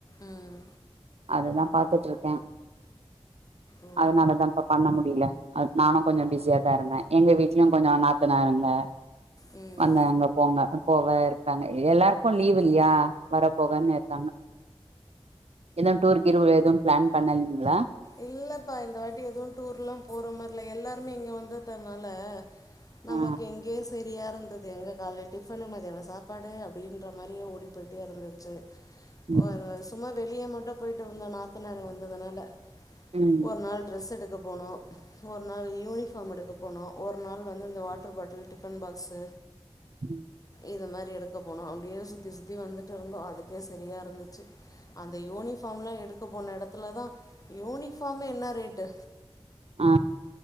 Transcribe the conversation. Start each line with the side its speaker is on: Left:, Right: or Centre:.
Left: ம்
Right: அதுதா பாத்துட்ருக்கே
Left: ஓ
Right: அதனாலதாம்ப்பா பண்ண முடியல அ நானு கொஞ்ச பிஸியாதா இருந்தே எங்க வீட்லயு கொஞ்ச நாத்தனாருங்க
Left: ம்
Right: வந்தாங்க போங்க போவ இருக்காங்க எல்லாருக்கு லீவ் இல்லையா வர போகன்னு இருக்காங்க எதும் டூர் கீர் எதும் பிளான் பண்ண <unintelligible> ஹலோ
Left: இல்லப்பா இந்த வாட்டி எதுவு டூர் எல்லா போற மாரி இல்ல எல்லாருமே இங்க வந்துட்டனால நமக்கு
Right: ஆ
Left: இங்கயே சரியா இருந் அது எங்க காலைல டிஃபனு மத்தியான சாப்பாடு அப்டின்ற மாரியே ஓடிப் போய்ட்டே இருந்துச்சு
Right: ம்
Left: ஓ அது சும்மா <unintelligible> <unintelligible> மட்டு போயிட்டு வந்தோ நாத்தனார் வந்ததுனால
Right: ம்
Left: ஒரு நாள் ட்ரெஸ் எடுக்க போனோ ஒரு நாள் யூனிஃபார்ம் எடுக்க போனோ ஒரு நாள் வந்து இந்த வாட்டர் பாட்டில் டிஃபன் பாக்ஸு
Right: ம்
Left: இத மாரி எடுக்க போனோம் அப்டியே சுத்தி சுத்தி வந்துட்டு இருந்தோ அதுக்கே சரியா இருந்துச்சு அந்த யூனிஃபாம் லாம் எடுக்க போன எடத்துலதா யூனிஃபாமு என்ன ரேட்டு
Right: ஆ